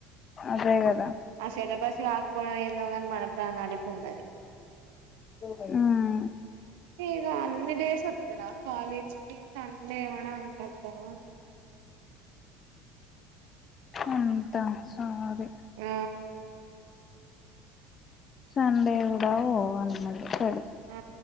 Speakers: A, on the left (about 40°); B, on the right (about 75°).
A: అదే కదా
B: ఆ సెలబస్ త్యాకపోయిన ఏందో కాన్ మనకు <unintelligible> ఉండది
A: ఆ
B: ఇగ అన్ని డేస్ వత్తరా కాలేజ్కి సన్ ఏం మనా అంటద్దావా
A: అంతా సోది
B: ఆ
A: సండే కూడ వోవాళి మరి పెడ్
B: ఆ